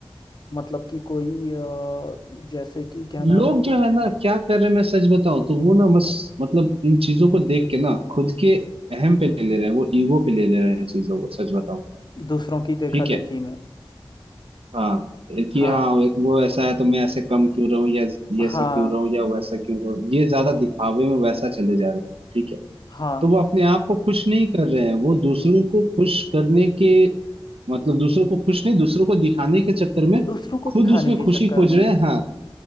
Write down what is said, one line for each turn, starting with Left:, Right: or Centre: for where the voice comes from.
Left: मतलब कि कोई अ, जैसे कि क्या नाम
Right: लोग जो है ना क्या कर रहे हैं मैं सच बताऊं तो वो ना बस मतलब इन चीजों को देख के ना खुद के अहम पे ले ले रहे हैं वो ईगो पे ले ले रहे हैं चीजों को सच बताऊं
Left: दूसरों की देखा
Right: ठीक है
Left: देखी में
Right: हाँ कि
Left: हाँ
Right: हाँ वो ऐसा है तो मैं ऐसे कम क्यों रहूं या ये
Left: हाँ
Right: ऐसा क्यों रहूं या वैसा क्यों रहूं ये ज्यादा दिखावे में वैसा चले जा रहे हैं ठीक है
Left: हाँ
Right: तो वो अपने आप को खुश नहीं कर रहे हैं वो दूसरों को खुश करने के मतलब दूसरों को खुश नहीं दूसरों को दिखाने के चक्कर में
Left: दूसरों को
Right: खुद
Left: दिखाने
Right: उसमें
Left: के
Right: खुशी
Left: चक्कर
Right: खोज
Left: में
Right: रहे हैं हाँ